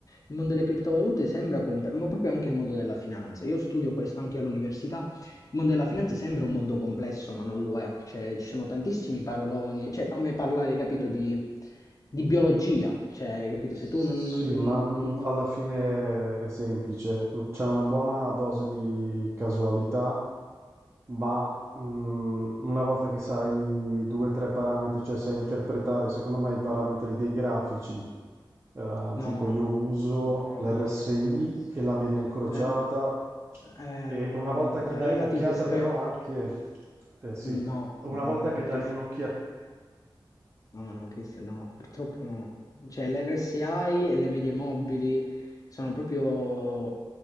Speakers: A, on the left (about 40°); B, on the right (about 30°).
A: il mondo delle criptovalute sembra complesso, ma proprio anche il mondo della finanza. Io studio questo anche all'università il mondo della finanza sembra un mondo complesso, ma non lo è. Cioè, ci sono tantissimi paroloni, cioè è come parlare, capito, di, di biologia. Cioè, capito,
B: Sì,
A: se tu non... non-
B: ma mh,
A: non-
B: alla fine è semplice, c'è una buona dose di casualità Ma mm, una volta che sai due o tre parametri, cioè sai interpretare, secondo me, i parametri dei grafici, eh,
A: no,
B: tipo io uso
A: no,
B: l'RSI
A: Cristiano, no.
B: e la media incrociata,
A: Le- eh,
B: e
A: no,
B: una
A: no,
B: volta
A: no.
B: che
A: La
B: dai
A: relative
B: un'occhiata
A: stress...
B: però anche, eh, sì,
A: no,
B: una
A: no,
B: volta
A: no, no,
B: che
A: Cristiano.
B: dai un'occhiata,
A: No, no, Cristian, no, purtroppo no. Cioè, l'RSI e le medie mobili sono proprio